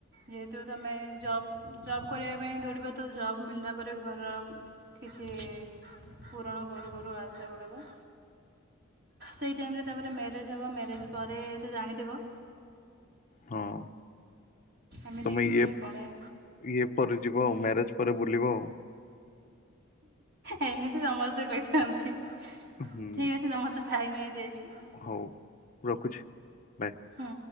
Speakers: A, on the right; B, on the left.
A: ଯେହେତୁ ତମେ ଜବ୍ ଜବ୍ କରିବା ପାଇଁ ଦୌଡ଼ିବ ତ ଜବ୍ ମିଳିଲା ପରେ ଘର କିଛି ପୂରଣ କରୁ କରୁ ଆଶା ଗୁଡ଼ାକ ସେଇ ଟାଇମରେ ତାପରେ ମ୍ୟାରେଜ ହବ, ମ୍ୟାରେଜ ପରେ ତ ଜାଣିଥିବ।
B: ହଁ।
A: ଏମିତି
B: ତମେ
A: କିଛି
B: ଇଏ
A: ଟାଇମ ପଳାଏ।
B: ଇଏ ପରେ ଯିବ, ମ୍ୟାରେଜ ପରେ ବୁଲିବ।
A: ଏମିତି ସମସ୍ତେ କହିଥାନ୍ତି,
B: ହୁଁ
A: ଠିକ୍ ଅଛି ତମର ତ ଟାଇମ ହେଇ ଯାଇଛି।
B: ହଉ ରଖୁଛି, ବାଏ
A: ହଁ।